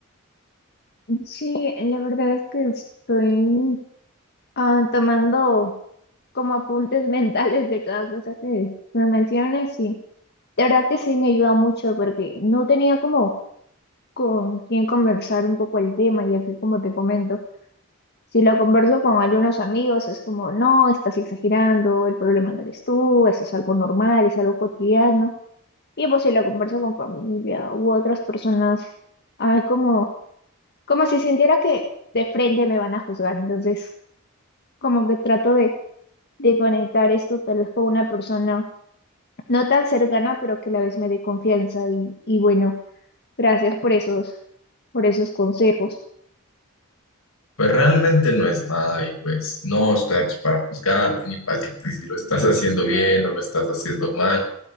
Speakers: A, on the left; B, on the left.
A: Sí, la verdad es que estoy ah, tomando como apuntes <laughs> mentales de cada cosa que me mencionas y la verdad que sí me ayuda mucho porque no tenía como con quién conversar un poco el tema, ya que como te comento, Si lo converso con algunos amigos, es como, no, estás exagerando, el problema no eres tú, eso es algo normal, es algo cotidiano. Y pues si lo converso con familia u otras personas, ah, como, como si sintiera que de frente me van a juzgar. Entonces, como que trato de, de conectar esto tal vez con una persona no tan cercana, pero que a la vez me dé confianza. Y, y bueno, gracias por esos, por esos consejos.
B: Pues realmente no es nada y pues no estoy aquí para juzgarte ni para decirte si lo estás haciendo bien o lo estás haciendo mal.